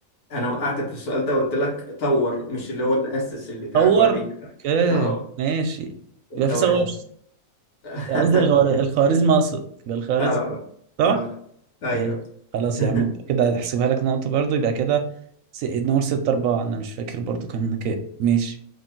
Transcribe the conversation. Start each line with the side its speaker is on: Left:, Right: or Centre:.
Left: انا وقعتك في السؤال ده وقلت لك طور مش اللي هو اللي اسس البتاع
Right: صور
Left: فليج
Right: اوكي
Left: اه
Right: ماشي
Left: الخوارزمي
Right: يبقى في صور
Left: <laughs>
Right: قصدي الغوار- الخوارزم اقصد يبقى الخوارزم
Left: اه
Right: صح؟
Left: اه ايوه
Right: ماشي خلاص
Left: <laughs>
Right: يا عم كده هحسبها لك نقطة برضو يبقى كده س- نقول ستة أربعة أنا مش فاكر برضو كان كام ماشي